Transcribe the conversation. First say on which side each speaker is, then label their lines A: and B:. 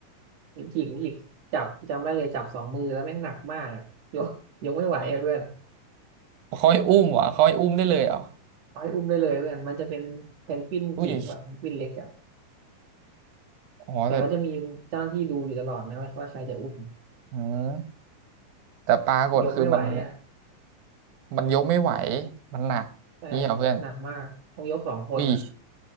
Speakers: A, on the right; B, on the right.
A: มีจิกมีจิกจับจำได้เลยจับสองมือแล้วแม่งหนักมากอ่ะยกยกไม่ไหวอะเพื่อน
B: เขาให้อุ้มเหรอเขาให้อุ้มได้เลยเหรอ
A: เอาให้อุ้มได้เลยเพื่อนมันจะเป็นเพนกวินจิ๋วอ่ะเพนกวินเล็กอ่ะ
B: อุ้ยอ๋อแต่
A: แต่เขาจะมีเจ้าหน้าที่ดูอยู่ตลอดนะว่าใครจะอุ้ม
B: อืมแต่ปรากฏคือมัน
A: ยกไม่ไหวอ่ะ
B: มันยกไม่ไหว มันหนักนี่เหรอเพื่อน
A: ใช่หนักมากต้องยกสองคนอ่ะ
B: อุ้ย